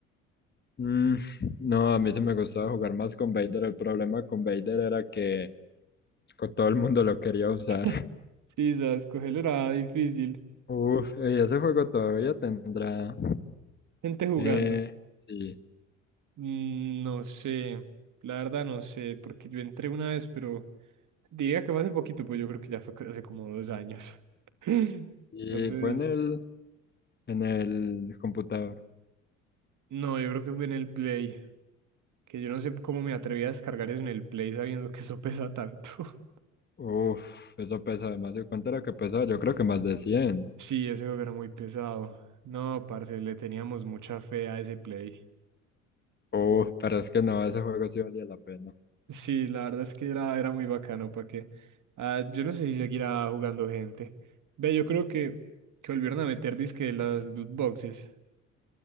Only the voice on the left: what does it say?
Mm, no, a mí sí me gustaba jugar más con Vader. El problema con Vader era que co- todo el mundo lo quería usar.
<laughs> Uf, y ese juego todavía tendrá.
Eh, sí.
Y
fue en el, en el computador.
Uf, eso pesa demasiado. ¿Cuánto era que pesaba? Yo creo que más de 100.
Uy, pero es que no, ese juego sí valía la pena.